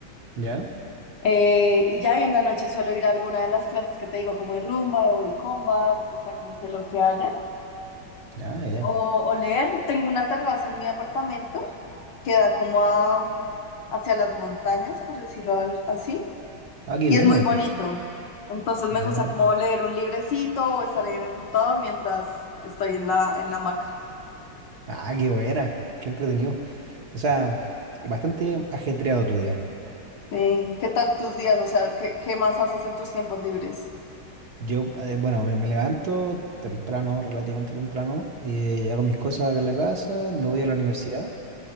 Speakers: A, on the right (about 55°); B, on the left (about 60°).
A: ¿Ya?
B: Eh, y ya y en la noche suelo ir a alguna de las clases que te digo, como de rumba, de body combat, o sea, como que lo que haya.
A: Ah, ya.
B: O, o leer, tengo una terraza en mi apartamento que da como a- hacia las montañas, por decirlo al- así,
A: Ah, qué
B: y
A: lindo.
B: es muy bonito. Entonces me
A: Ah,
B: gusta como leer un librecito o estar ahí en el computador mientras estoy en la, en la hamaca.
A: ah, qué buena. Qué entretenido. O sea, bastante ajetreado tu día.
B: Sí. ¿Qué tal tus días? O sea, ¿qué, qué más haces en tus tiempos libres?
A: Yo, eh, bueno, me, me levanto temprano, relativamente temprano, y hago mis cosas acá en la casa, me voy a la universidad,